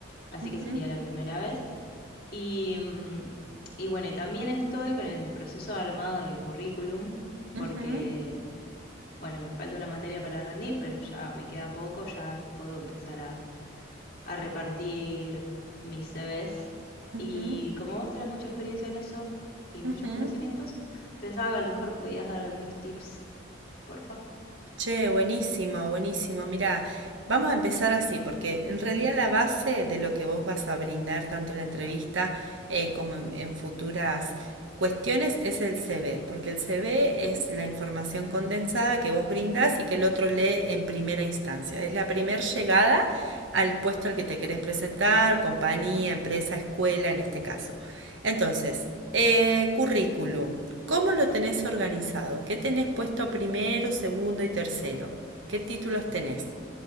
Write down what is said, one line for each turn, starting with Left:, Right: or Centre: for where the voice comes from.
Left: así
Right: ujú,
Left: que sería la primera vez. Y, mm, y bueno, y también estoy con el proceso de armado del currículum,
Right: ujú,
Left: porque bueno, me falta una materia para rendir, pero ya me queda poco, ya puedo empezar a, a repartir mis CVs.
Right: ujú,
Left: Y como vos tenés mucha experiencia en eso y
Right: ujú.
Left: muchos conocimientos, pensaba que a lo mejor me podías dar algunos tips, porfa.
Right: Che, buenísimo, buenísimo. Mirá, vamos a empezar así, porque en realidad la base de lo que vos vas a brindar tanto en la entrevista eh, como en, en futuras cuestiones es el CV, porque el CV es la información condensada que vos brindás y que el otro lee en primera instancia. Es la primera llegada al puesto al que te querés presentar, compañía, empresa, escuela en este caso. Entonces, eh, currículum, ¿cómo lo tenés organizado? ¿Qué tenés puesto primero, segundo y tercero? ¿Qué títulos tenés?